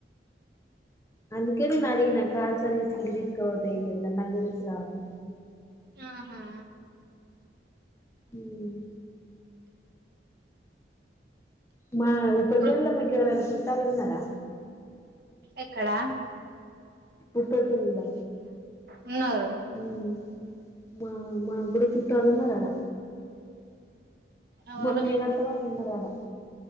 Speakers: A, on the left (about 15°); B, on the right (about 55°).
A: అందుకే నేనడిగినా కార్ సర్వీసింగ్ ఇంటికి తీసుకుపోతే ఏం జేతడ్ నాకు తెలుసు కాబట్టి
B: ఆహా
A: ఉమ్ మా ఉప్పరిపెళ్ళిలో
B: ఇప్పుడు
A: మీకు ఎవరైనా చుట్టాలన్నారా
B: ఎక్కడా
A: ఉప్పరిపెళ్ళిలో
B: ఉన్నారు
A: మ్మ్ మా మకుడా చుట్టాలు ఉన్నారు అడా
B: ఎవలు
A: మా మేనత్త వాళ్లు ఉన్నారు అడా